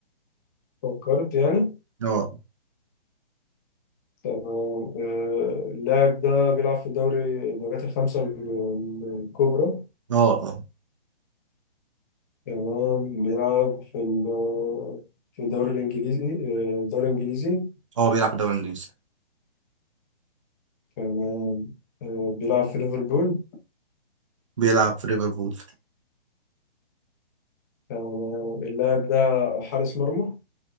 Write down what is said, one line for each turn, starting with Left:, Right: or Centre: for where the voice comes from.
Left: فكرت يعني
Right: اه
Left: تمام آه، اللاعب ده بيلعب في الدوري الدوريات الخمسة ال- الكبرى
Right: اه اه
Left: تمام بيلعب في ال- في الدوري الإنجليزي آه، الدوري الإنجليزي
Right: اه بيلعب في الدوري الانجليزي
Left: تمام آه، بيلعب في ليفربول
Right: بيلعب في ليفربول
Left: تمام اللاعب ده حارس مرمى